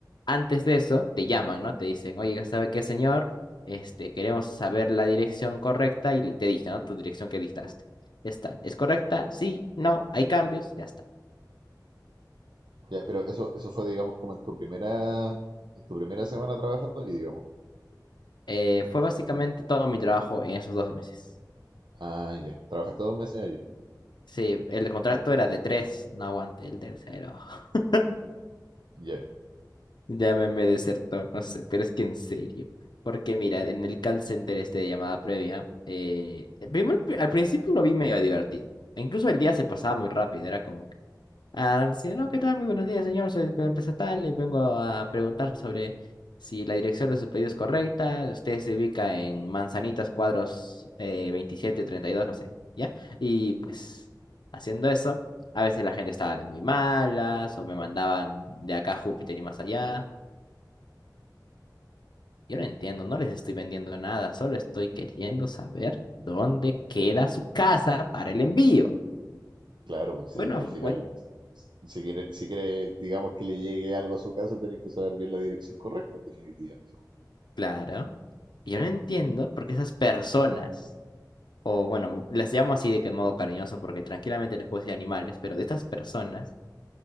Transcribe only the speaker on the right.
Ya, pero eso, eso fue, digamos, como en tu primera, en tu primera semana trabajando y digamos.
Ah, ya. Trabajaste dos meses allí.
Ya.
Claro, pues, sí,
al final,
s- si quiere, si quiere, digamos, que le llegue algo a su casa, tiene que saber bien la dirección correcta, en definitiva. Sí.